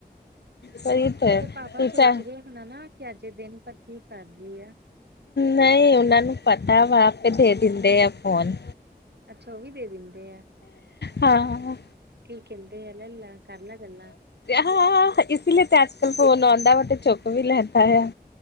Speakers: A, on the left (about 85°); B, on the right (about 85°).
A: ਸਹੀ ਤੇ
B: ਓਦੇ ਪਾਪਾ
A: ਪੁੱਛਾ
B: ਸੋਚ ਰਹੇ ਹੋਨੇ ਨਾ ਕਿ ਅੱਜ ਦਿਨ ਭਰ ਕੀ ਕਰ ਰਈ ਐ।
A: ਨਹੀਂ ਮੈ ਨੂੰ ਪਤਾ ਵਾ ਆਪੇ ਦੇ ਦਿੰਦੇ ਆ ਫੋਨ।
B: ਅੱਛਾ ਉਹ ਵੀ ਦੇ ਦਿੰਦੇ ਆ,
A: ਹਾਂ
B: ਕੀ ਕਹਿੰਦੇ ਆ ਲੈਲਾਂ ਕਰ ਲੈ ਗੱਲਾਂ।
A: ਹ ਇਸ ਲਈ ਤੇ ਅੱਜ ਕੱਲ ਫੋਨ ਆਉਂਦਾ ਵਾ ਤੇ ਚੁੱਕ ਵੀ ਲੈਂਦਾ ਆ।